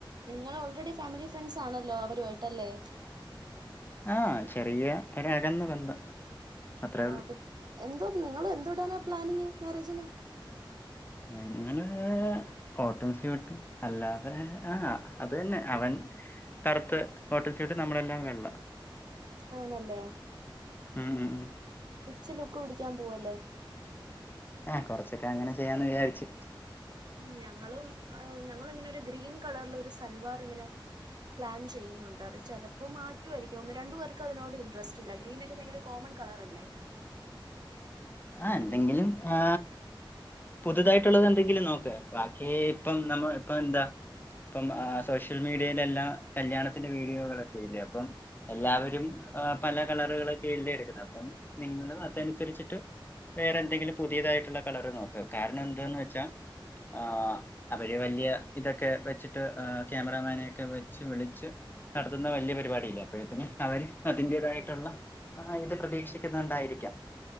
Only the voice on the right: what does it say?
നിങ്ങൾ ഓൾറെഡി ഫാമിലി ഫ്രണ്ട്സ് ആണല്ലോ അവരുമായിട്ടല്ലേ
ആ
പി എന്തോ നിങ്ങള് എന്തോടാനാണ് പ്ലാനിങ് മാരേജിന്
ആണല്ലേ
ഉച്ച ലുക്ക് പിടി ക്കാൻ പോവല്ലേ
ഉം ഞങ്ങളും ഞങ്ങള് ഇങ്ങനെ ഒരു ഗ്രീൻ കളറിലൊരു സൽവാർ ഇങ്ങനെ പ്ലാൻ ചെയ്യുന്നുണ്ട് അത് ചെലപ്പോ മാറ്റുമായിരിക്കും ഒന്ന് രണ്ടു പേർക്ക് അതിനോട് ഇൻട്രറസ്റ്റ് ഇല്ല ഗ്രീനൊക്കെ ഭയങ്കര കോമൺ ൺ കളറല്ലേ